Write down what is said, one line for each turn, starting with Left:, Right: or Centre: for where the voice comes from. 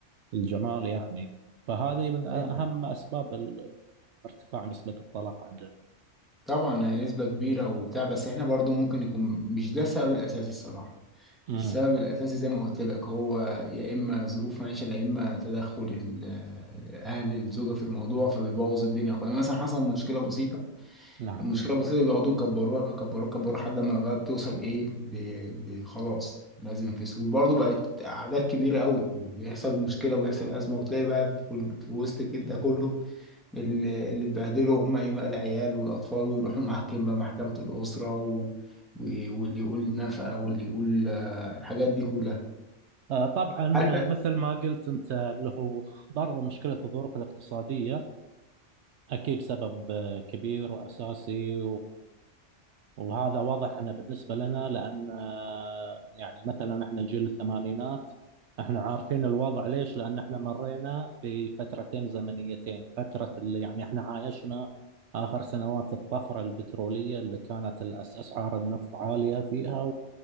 Right: الجمال يعني فهذه من اهم
Centre: ايوه
Right: اسباب ال- ارتفاع نسبه الطلاق عندنا.
Centre: طبعا نسبه كبيره وبتاع بس احنا برضو ممكن يكون مش ده السبب الاساسي الصراحه
Right: امم
Centre: السبب الأساسي زي ما قلت لك هو يا إما ظروف معيشة يا إما تدخل ال- أهل الزوجة في الموضوع فبيبوظ الدنيا خالص. يعني مثلا حصل مشكلة بسيطة
Right: نعم.
Centre: المشكلة البسيطة دي بيقعدوا يكبروها يكبروها يكبروها لحد ما بقى بتوصل إيه ل- ل- خلاص لازم ينفصل وبرضه بقت أعداد كبيرة قوي وبيحصل مشكلة وبيحصل أزمة وتلاقي بقى في في وسط الجد ده كله اللي اللي اتبهدلوا هم ايه بقى العيال والاطفال ويروحوا محاكم بقى محكمة الاسرة و... و... واللي يقول نفقة واللي يقول آه، الحاجات دي كلها
Right: آه، طبعا
Centre: هل بقى
Right: مثل ما قلت انت اللي هو برضه مشكله الظروف الاقتصاديه اكيد سبب آه، كبير واساسي وهذا واضح أنا بالنسبة لنا لأن آه، يعني مثلا احنا جيل الثمانينات احنا عارفين الوضع ليش؟ لأن احنا مرينا بفترتين زمنيتين، فترة اللي يعني احنا عايشنا آخر سنوات الطفرة البترولية اللي كانت الأس- أسعار النفط عالية فيها